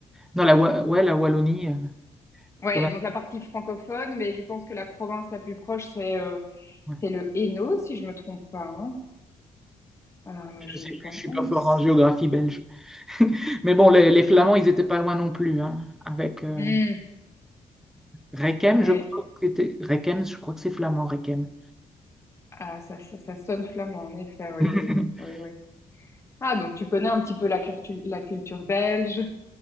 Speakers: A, in the centre; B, on the left.
A: dans la, Wa- ouais, la Wallonie, euh,
B: Ouais,
A: province.
B: donc la partie francophone, mais je pense que la province la plus proche, c'est euh,
A: ouais.
B: c'est le Hainaut, si je me trompe pas, hein. Euh,
A: Je
B: je
A: sais plus,
B: pense.
A: je suis pas fort en géographie belge. <laughs> Mais bon, les, les Flamands, ils étaient pas loin non plus, hein, avec euh,
B: Hmm,
A: Rekem,
B: ouais,
A: je crois que c'était Rekem, je crois que c'est flamand, Rekem.
B: ah, ça, ça, ça sonne flamand, en effet, oui,
A: <laughs>
B: oui, oui, oui. Ah, donc tu connais un petit peu la culture, la culture belge,